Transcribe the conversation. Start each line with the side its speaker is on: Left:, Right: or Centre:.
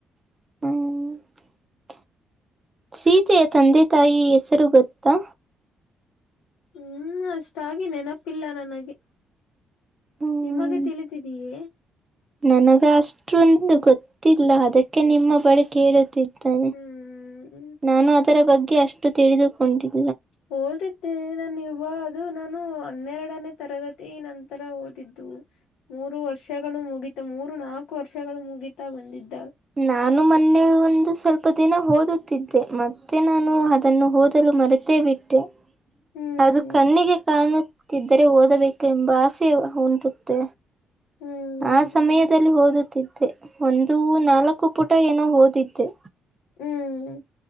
Right: ಹ್ಮ್ ಸೀತೆಯ ತಂದೆ ತಾಯಿ ಹೆಸರು ಗೊತ್ತಾ
Left: ಹ್ಮ್ ಅಷ್ಟಾಗಿೆ ನೆನಪಿಲ್ಲ ನನಗೆ
Right: ಹ್ಮ್
Left: ನಿಮಗೆ ತಿಳಿದಿದೀಯೇ
Right: ನನಗ ಅಷ್ಟೊಂದು ಗೊತ್ತಿಲ್ಲ ಅದಕ್ಕೆ ನಿಮ್ಮ ಬಳಿಕೆ ಹೇಳುತ್ತಿದ್ದ
Left: ಹ್ಮ್
Right: ನಾನು ಅದರ ಬಗ್ಗೆ ಅಷ್ಟು ತಿಳಿದುಕೊಂಡಿದ್ದೆ
Left: ಹಓದಿದ್ದೆ ನಾನ ಇವ ಇದು ನಾನು ಹನ್ನೆರಡನೇ ತರಗತಿ ನಂತರ ಓದಿದ್ದು ಮೂರು ವರ್ಷಗಳು ಮುಗ ಇ ಮೂರು ನಾಲ್ಕು ವರ್ಷಗಳು ಮುಗಿತಾ ಬಂದಿದ್ದ
Right: ನಾನು ಮೊನ್ನೆ ಒಂದು ಸ್ವಲ್ಪ ಸ್ವಲ್ಪ ದಿನ ಓದುತ್ತಿದ್ದೆ ಮತ್ತೆ ನಾನು ಅದನ್ನು ಓದಲು ಮರೆತೇ ಬಿಟ್ಟೆ
Left: ಹ್ಮ್
Right: ಅದು ಕಣ್ಣಿಗೆ ಕಾಣ ಿದ್ದರೆ ಓದಬೇಕು ಎಂಬ ಆಸೆ ಉಂಟುತ್ತೆ
Left: ಹ್ಮ್
Right: ಆ ಸಮಯದಲ್ಲಿ ಓದುತ್ತಿದ್ದೆ ಒಂದು ನಾಲ್ಕು ಪುಟ ಏನೋ ಓದಿದ್ದೆ
Left: ಹ್ಮ್